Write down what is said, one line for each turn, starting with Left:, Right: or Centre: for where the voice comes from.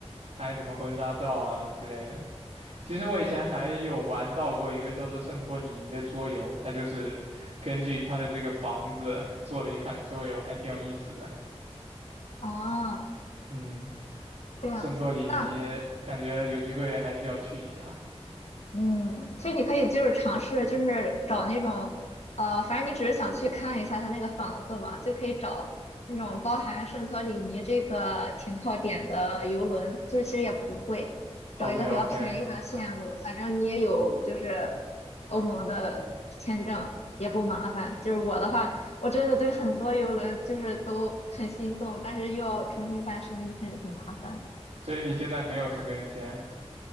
Right: 拍什么婚纱照啊之类的。其实我以前还有玩到过一个叫做《圣托里尼》的桌游，它就是根据它的这个房子做的一款桌游，还挺有意思的。
Left: 哦，
Right: 嗯，
Left: 这样子，
Right: 圣托里尼感觉有机会还是要去一下。
Left: 那嗯，其实你可以就是尝试，就是找那种，呃，反正你只是想去看一下他那个房子嘛，就可以找那种包含圣托里尼这个停靠点的游轮，就是其实也不贵，找一个比较便宜的线路，
Right: OK OK，
Left: 反正你也有就是欧盟的签证，也不麻烦。就是我的话，我真的对很多游轮就是都很心动，但是又要重新办申根签就很麻烦了。
Right: 所以你现在没有申根签